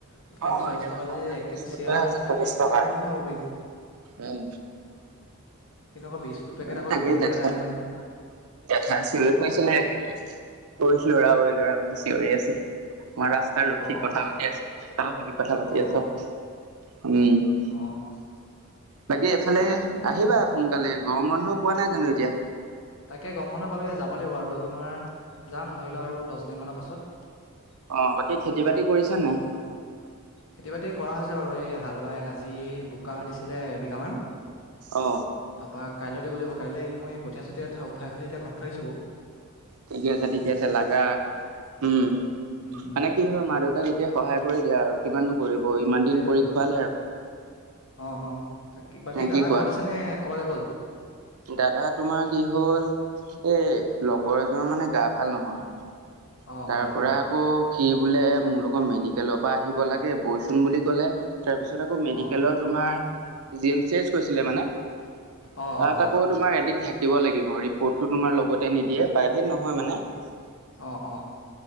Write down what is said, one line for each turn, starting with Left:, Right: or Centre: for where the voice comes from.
Left: তাতকে
Right: অ
Left: আমি চল্লিছ
Right: এতিয়াতো
Left: টকা
Right: কম
Left: যদি
Right: দামী
Left: এক
Right: বিস্কুট
Left: কেজি চিৰা আনো।
Right: আছে
Left: তেতিয়া
Right: চল্লিশ
Left: আমি এক
Right: টকা
Left: কেজি বহুত
Right: আৰু
Left: দিন খাব পাৰিম।
Right: উম
Left: কিন্তু আকৌ বিস্কুট পেকেট
Right: অ
Left: আকৌ
Right: ঠাকৰে
Left: দুদিনতে
Right: দেখছ
Left: এদাই হৈ
Right: <unintelligible>
Left: যায় নহয়
Right: চিঞৰি ফুৰিছিলে হেৰি লৰা ঐ লৰা ঐ চিঞৰি আছে <unintelligible> আমই ৰাস্তা ৰখী
Left: অ
Right: কথা
Left: অ
Right: পাতি আছো সাহসলিক কথা পাতি
Left: অ
Right: আছ
Left: অ
Right: উম <unintelligible>
Left: <inaudible>
Right: বাকী এফালে
Left: এই
Right: আহিবা সোনকালে গৰম বন্ধও পোৱা নাই জানো এতিয়া
Left: তাকে গম বন্ধ পালো এই যাব লাগিব আৰু তোমাৰ যাম ধৰি লোৱা আৰু দহ দিন মানৰ পাছত <unintelligible>
Right: অ বাকী খেতি বাতি কৰিছা নে নাই <unintelligible>
Left: খেতি বাতি কৰা হৈছে বাৰু এই হাল বাই আজি বোকা দিছিলে এবিঘামান
Right: অ
Left: তাৰপা কাইলৈ দিব লাগিব কাইলৈ মই কঠিয়া চঠিয়া উঠাই মেলি এতিয়া ঘৰত থৈ আহিছো বাৰৌ <unintelligible>
Right: ঠিকে আছে ঠিকে আছে লাগা উম
Left: উম উম
Right: মানে কি হয় মা দেউতাক এতিয়া সহায় কৰি দিয়া আৰু কিমান <unintelligible> কৰিব ইমান
Left: সেইটোৱেতো
Right: দিন কৰি খোৱালে আৰু
Left: অঁ অঁ বাকী বাকী
Right: নে
Left: দাদাৰ
Right: কি কোৱা?
Left: ঘৰত আছে নে ক'বালৈ গ'ল <unintelligible>
Right: দাদা তোমাৰ কি হ'ল এই লগৰ এজন মানে গা ভাল নহয়
Left: অঁ
Right: তাৰ
Left: হয় হয়
Right: পৰা
Left: হয়
Right: আকৌ সি বোলে মোৰ লগত মেডিকেলৰ পৰা আহিব লাগে বৈচোন বুলি কলে তাৰপিছত আকৌ মেডিকেলৰ
Left: অঁ
Right: তোমাৰ জি এম চি এচ গৈছিলে মানে <unintelligible>
Left: অঁ
Right: ত
Left: অঁ
Right: এটা
Left: হয়
Right: আকৌ তোমাৰ এদিন থাকে <unintelligible> দ লাগিব ৰ্টো তমাৰ লগতে নিদিয়ে প্ৰ নহয় মানে <unintelligible>
Left: অ অ